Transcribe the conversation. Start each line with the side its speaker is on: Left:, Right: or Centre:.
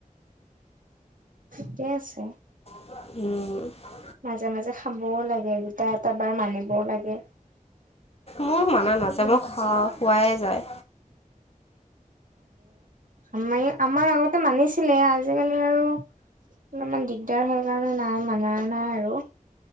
Right: ঠিকেই আছে।
Left: উম।
Right: মাজে মাজে খাবও লাগে, দুটা এটা বাৰ মানিবও লাগে।
Left: মোৰ মানা নাযায় মই খোৱায়েই যায়।
Right: আমাই আমাৰ আগতে মানিছিলে আজিকালি আৰু অলপমান দিগদাৰ হয় কাৰণে নাই মানা নাই আৰু।